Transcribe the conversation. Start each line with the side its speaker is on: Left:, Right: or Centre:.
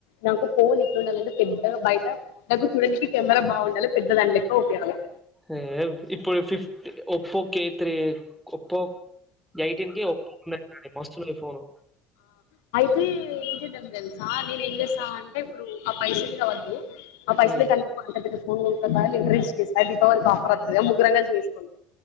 Left: నాకు ఫోన్ ఇ ఉండాలంటే పెద్ద బయట నాకు చూడడానికి కెమెరా బాగుండాలి పెద్ద దాని లెక్క ఉపయోగాం
Centre: ఏ ఇప్పుడు ఫిఫ Oppo K three Oppo eighteen కి ఒప్పో <unintelligible> మస్తు ఉన్నది ఫోను
Left: ఏ ఏం చేద్దాం తెలుసా నేను ఏం చేస్తా అంటే ఇప్పుడు ఆ పైసలిక వద్దు ఆ పైసలు
Centre: హ్మ్
Left: కంట ఫోన్ ఇంటర్ దీపావళకి ఆఫర్ వత్తాది కదా ముగ్గురం కలిసి తీసుకుందాం